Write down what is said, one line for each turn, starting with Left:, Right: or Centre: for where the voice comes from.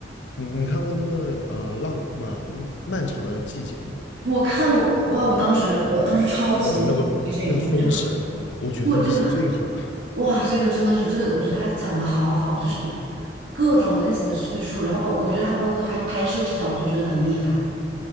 Left: 你你看过那个呃浪吧、漫长的季节吗？
Right: 我看过。哇，我当时我当时超级迷这个，
Left: 哦，那个那个封神，
Right: 我觉得这个
Left: 我觉得那个是最好看的。
Right: 对这个很哇，这个真的是这个，我觉得他讲的好好，就是各种类型的叙述，然后包我觉得他包括他拍摄视角，我就觉得很厉害。